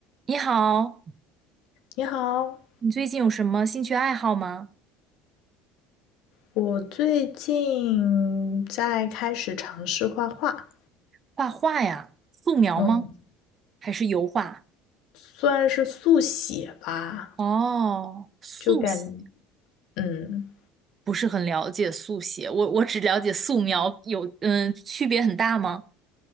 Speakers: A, on the right (about 35°); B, on the left (about 60°).
A: 你好，
B: 你好，
A: 你最近有什么兴趣爱好吗？
B: 我最近在开始尝试画画，
A: 画画呀，素描吗？
B: 嗯，
A: 还是油画？
B: 算是速写吧，
A: 哦，速写，
B: 就感，嗯，
A: 不是很了解速写，我我只了解素描，有嗯，区别很大吗？